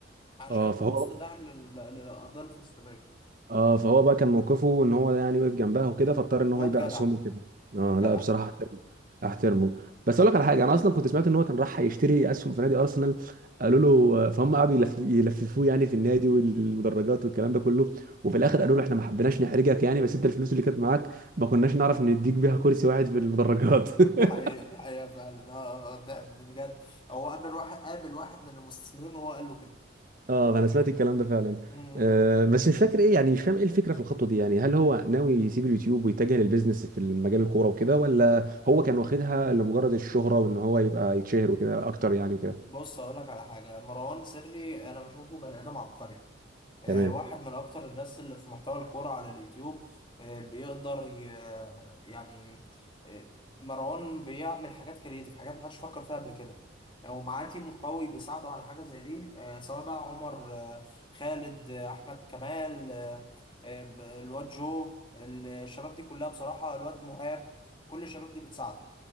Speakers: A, on the left; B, on the right.
A: عشان
B: اه فهو
A: بوست دعم لل- للقضية الفلسطينية
B: اه فهو بقى كان موقفه ان هو يعني وقف جنبها وكده فاضطر ان
A: الواد
B: هو يبيع
A: جدع
B: اسهمه كده اه
A: جدع
B: لا بصراحه احترمه احترمه بس اقول لك على حاجه انا اصلا كنت سمعت ان هو كان راح يشتري اسهم في نادي ارسنال قالوا له آه، فهم قعدوا يلف- يلففوه يعني في النادي والمدرجات والكلام ده كله وفي الاخر قالوا له احنا ما حبيناش نحرجك يعني بس انت الفلوس اللي كانت معاك ما كناش نعرف نديك بيها كرسي واحد في المدرجات <laughs>
A: دي حقيقة دي حقيقة فعلا اه آه، ده ده بجد هو قابل واحد قابل واحد من المستثمرين وهو قال له كده
B: اه انا سمعت الكلام ده فعلا
A: امم
B: آه بس مش فاكر ايه يعني مش فاهم ايه الفكره في الخطوه دي يعني هل هو ناوي يسيب اليوتيوب ويتجه للبيزنس في مجال الكوره وكده ولا هو كان واخدها لمجرد الشهره وان هو يبقى يتشهر وكده اكتر يعني وكده
A: بص هقول لك على حاجة مروان سري انا بشوفه بني ادم عبقري آه،
B: تمام
A: واحد من أكتر الناس اللي في محتوى الكورة على اليوتيوب آه، بيقدر ي... يعني آه، مروان بيعمل حاجات كريتيف حاجات محدش فكر فيها قبل كده ومعاه تيم قوي بيساعده على حاجة زي دي آه، سواء بقى عمر آه، خالد آه، أحمد كمال آه، آه، ب- الواد جو الشباب دي كلها بصراحة الواد مهاب كل الشباب دي بتساعده